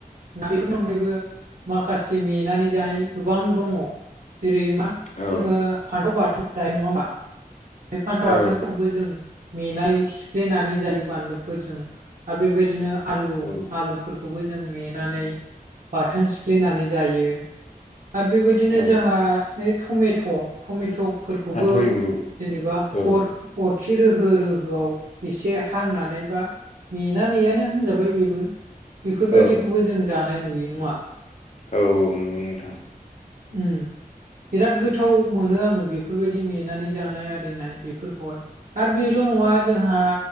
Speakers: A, on the right; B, on the left.
A: दा बेफोरनि अनगायैबो माखासे नेनानै जाय गोबां दंङो जेरै मा
B: औ
A: जोंङो फान्थाव बाथोन जानाय नंङामा बे फान्थाव बाथोनखौ
B: औ
A: जों मेंनाय सिफ्लेनानै जायो बानलुफोरजों आरो बेबायदिनो आलु
B: औ
A: आलुफोरखौबो जों मेनानै बाथोन सिफ्लेनानै जायो। आरो बेबायदिनो
B: औ
A: जोंहा बे टमेट' टमेट' फोरखौबो
B: फान्थाव एम्बु
A: जेनेबा
B: औ
A: अर अरखि रोहो रोहोआव एसे हांनानै बा मेनानैयानो होनजाबाय बेबो बेफोरबायदिखौबो
B: औ
A: जों जानाय नुयो नंङा
B: औ नंगौ नोंथां
A: उम बिराद गोथाव मोनो आंङो बेफोरबायदि नेेनानै जानाय आरिनाय बेफोरखौहाय आरो बेल' नंङा जोंहा